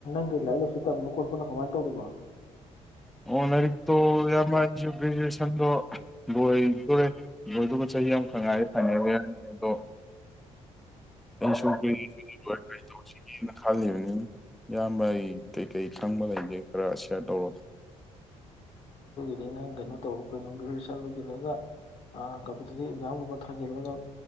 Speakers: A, on the left; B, in the centre.
A: ꯒꯤ ꯂꯥꯏꯔꯤꯛ ꯂꯥꯏꯁꯨ ꯇꯝꯕꯣ ꯈꯣꯠꯄꯅ ꯀꯃꯥꯏꯅ ꯇꯧꯔꯤꯕꯣ
B: <unintelligible> ꯒ꯭ꯔꯦꯖꯨꯑꯦꯁꯟꯗꯣ ꯕꯣꯏꯗꯣꯔꯦ ꯕꯣꯏꯗꯨꯒ ꯆꯍꯤ ꯑꯃꯈ ꯉꯥꯏꯦ ꯐꯅꯩ ꯂꯩ ꯌꯥꯅꯤ ꯑꯗꯣ ꯑꯩꯁꯨ ꯂꯣꯏ ꯀ ꯇꯧꯁꯤꯒꯦꯅ ꯈꯜꯂꯤꯕꯅꯤ ꯏꯌꯥꯝꯕ ꯑꯩ ꯀꯩꯀꯩ ꯈꯪꯕ ꯂꯩꯒꯦ ꯈꯔ ꯁꯤꯌꯥꯔ ꯇꯧꯔꯣ
A: ꯑꯗꯩꯅ ꯀꯩꯅꯣ ꯇꯧ ꯀꯩꯅꯣ ꯒ꯭ꯔꯦꯖꯨꯑꯦꯁꯟ ꯒꯤꯂꯣꯗ ꯌꯥ ꯀꯝꯄꯤꯇꯤꯇꯤꯞ ꯑꯦꯛꯖꯥꯝꯒꯨꯝꯕ ꯊꯥꯖꯤꯜꯂꯒ